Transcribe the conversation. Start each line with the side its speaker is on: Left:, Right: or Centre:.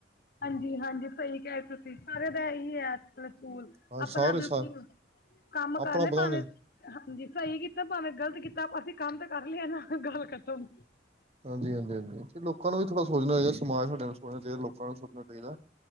Left: ਹਾਂਜੀ-ਹਾਂਜੀ ਸਹੀ ਕਹਿ ਤੁਸੀਂ ਸਾਰੇ ਦਾ ਇਹੀ ਐ ਅੱਜਕਲ ਸਕੂਲ
Right: ਹਾਂ
Left: ਆਪਣਾ
Right: ਸਾਰੇ
Left: ਬਿਲਕੁਲ
Right: ਸਾ
Left: ਕੰਮ ਕਰ
Right: ਆਪਣਾ
Left: ਲੇ
Right: ਪਤਾ
Left: ਭਾਵੇਂ
Right: ਨੀ
Left: ਹ ਹਾਂਜੀ ਸਹੀ ਕੀਤਾ ਭਾਵੇਂ ਗ਼ਲਤ ਕੀਤਾ ਤਾਂ ਅਸੀਂ ਕੰਮ ਤਾਂ ਕਰ ਲਿਆ ਨਾ ਗੱਲ ਖਤਮ
Right: ਹਾਂਜੀ-ਹਾਂਜੀ-ਹਾਂਜੀ ਲੋਕਾਂ ਨੂੰ ਵੀ ਥੋੜ੍ਹਾ ਸੋਚਣਾ ਚਾਹੀਦਾ ਸਮਾਜ ਸਾਡੇ ਸੋਚਣਾ ਚਾਹੀਦਾ ਲੋਕਾਂ ਨੂੰ ਸੋਚਣਾ ਚਾਹੀਦਾ।